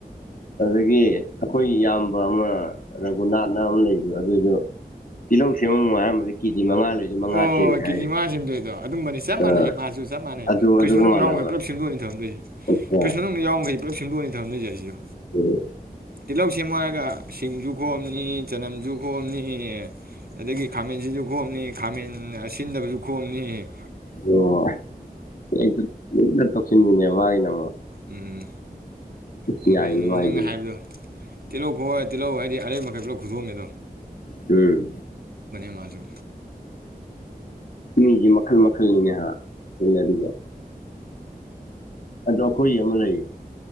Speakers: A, on the left; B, on the right.
A: ꯑꯗꯒꯤ ꯑꯩꯈꯣꯏ ꯏꯌꯥꯝꯕ ꯑꯃꯒ ꯔꯒꯨꯅꯥꯠ ꯑꯃ ꯂꯩꯕꯗ ꯑꯗꯨꯁꯨ ꯇꯤꯜꯍꯧ ꯁꯦꯝꯃꯃꯨ ꯍꯥꯏꯔꯝꯕꯗꯤ ꯀꯦꯖꯤ ꯃꯉꯥ ꯂꯩꯔꯤꯁꯦ ꯃꯉꯥ
B: ꯑꯣ
A: ꯁꯦꯝꯃꯦ ꯍꯥꯏꯌꯦ
B: ꯀꯦꯖꯤ ꯃꯉꯥ ꯁꯦꯝꯗꯣꯏꯗꯣ ꯑꯗꯨꯝꯕꯅꯤ ꯆꯞ
A: ꯑꯥ
B: ꯃꯥꯟꯅꯩ ꯃꯥꯁꯨ ꯆꯞ ꯃꯥꯟꯅꯩ
A: ꯑꯗꯨ
B: ꯐ꯭ꯔꯤꯖ
A: ꯑꯗꯨꯒ
B: ꯃꯅꯨꯡ
A: ꯃꯥꯟꯅꯕ꯭ꯔꯥ
B: ꯌꯥꯎꯃꯈꯩ ꯄꯨꯂꯞ ꯁꯦꯝꯗꯣꯛꯑꯅꯤ ꯊꯝꯗꯣꯏꯁꯦ
A: ꯑꯠꯆꯥ
B: ꯐ꯭ꯔꯤꯖ ꯃꯅꯨꯡꯗ ꯌꯥꯎꯕꯃꯈꯩꯗꯤ ꯄꯨꯂꯞ ꯁꯦꯝꯗꯣꯛꯑꯅꯤ ꯊꯝꯗꯣꯏꯁꯦ ꯑꯩꯁꯤꯁꯨ꯫
A: ꯑꯣ꯫
B: ꯇꯤꯜꯍꯧ ꯁꯦꯝꯃꯨ ꯍꯥꯏꯔꯒ ꯁꯤꯡꯖꯨ ꯈꯣꯛꯑꯝꯅꯤ ꯆꯅꯝꯁꯨ ꯈꯣꯛꯑꯝꯅꯤ꯫ ꯑꯗꯒꯤ ꯈꯥꯃꯦꯟꯁꯤꯁꯨ <unintelligible> ꯈꯥꯃꯦꯟ ꯑꯁꯤꯟꯗꯕꯁꯨ ꯈꯣꯛ ꯑꯃꯅꯤ꯫
A: ꯑꯣ ꯍꯦꯛꯇꯥ ꯇꯧꯁꯤꯟꯗꯅꯦ ꯃꯒꯤꯗꯣ <inaudible>
B: ꯎꯝ ꯑꯣꯀꯦ
A: ꯌꯥꯏꯅꯦ
B: ꯅ
A: ꯃꯥꯏꯗꯨꯅ
B: ꯅꯪꯅ ꯍꯥꯏꯕꯗꯣ ꯇꯤꯜꯍꯧ ꯈꯣ ꯇꯤꯜꯍꯧ ꯑꯩ ꯑ ꯑꯔꯩ ꯃꯈꯩ ꯄꯨꯂꯞ ꯈꯣꯛꯇꯣꯛꯑꯝꯃꯦꯗꯣ
A: ꯎꯝ
B: ꯃꯥꯁꯨ
A: ꯃꯤꯖꯦ ꯃꯈꯜ ꯃꯈꯜꯅꯤꯅꯦꯍ ꯊꯦꯡꯅꯔꯤꯖꯦ ꯑꯗꯣ ꯑꯩꯈꯣꯏꯒꯤ ꯑꯃ ꯂꯩꯌꯦ